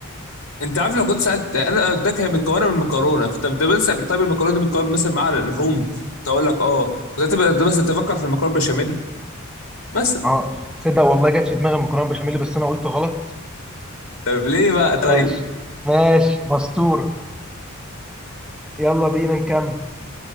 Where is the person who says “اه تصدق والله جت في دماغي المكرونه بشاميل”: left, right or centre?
Centre